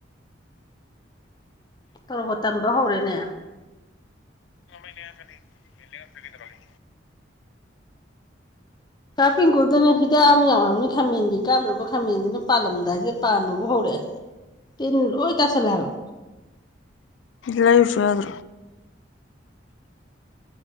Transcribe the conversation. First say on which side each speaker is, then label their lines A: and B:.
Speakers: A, on the left (about 25°); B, on the left (about 75°).
A: ꯇꯔꯨꯕ ꯇꯝꯕ ꯍꯧꯔꯦꯅꯦ
B: ꯂ ꯍꯥꯏꯦ ꯏꯔꯒꯗ꯭ꯔꯣꯜꯂꯤ
A: ꯆꯥꯐꯦꯟ ꯀꯨꯗꯨꯅ ꯍꯤꯗꯥꯛ ꯑꯃ ꯌꯥꯎꯍꯕꯅꯤ ꯈꯥꯃꯦꯟꯒꯤ ꯀꯥꯞꯅꯕ ꯈꯥꯃꯦꯟꯗꯨꯅ ꯄꯥꯜꯂꯝꯗꯥꯏꯁꯤꯗ ꯄꯥꯟꯕꯕꯨ ꯍꯧꯔꯛꯑꯦ ꯇꯤꯟ ꯑꯣꯏ ꯏꯇꯥ ꯆꯂꯦ ꯑꯒꯣ
B: ꯂꯥꯏꯐꯁꯨ ꯌꯥꯣ